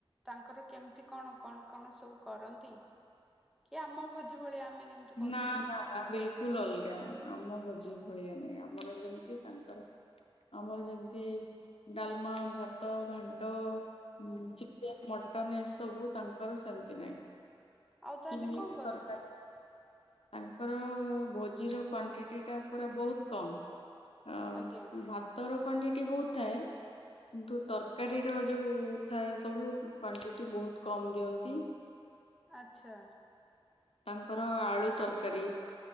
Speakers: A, in the centre; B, on the left.
A: ତାଙ୍କର କେମିତି କଣ କଣ କଣ ସବୁ କରନ୍ତି, କି ଆମ ଭୋଜି ଭଳିଆ ଆମେ ଯେମିତି କରୁ
B: ନା
A: ସେମିତି
B: ନା ନା ବିଲକୁଲ ଅଲଗା ଆମ ଭୋଜି ଭଳିଆ ନାଇଁ ଆ <inaudible> ଆମର ଯେମିତି ତାଙ୍କର ଆମର ଯେମିତି ଡାଲମା ଭାତ ଘାଣ୍ଟ ହଁ ଚିକେନ୍ ମଟନ୍ ସବୁ ତାଙ୍କର ସେମିତି ନାହିଁ
A: ଆଉ ତାହେଲେ
B: କି ମିକ୍ସ
A: କହ
B: ତାଙ୍କର ଭୋଜିର କ୍ଵାଣ୍ଟିଟିଟା ପୁରା ବହୁତ କମ୍। ଆଉ
A: ଆଜ୍ଞା
B: ଭାତର କ୍ଵାଣ୍ଟିଟି ବହୁତ୍ ଥାଏ, କିନ୍ତୁ ତରକାରୀର ଯୋଉ ଥାଏ ସବୁ କ୍ଵାଣ୍ଟିଟି ବହୁତ କମ୍ ଦିଅନ୍ତି।
A: ଆଚ୍ଛା।
B: ତାଙ୍କର ଆଳୁ ତରକାରୀ।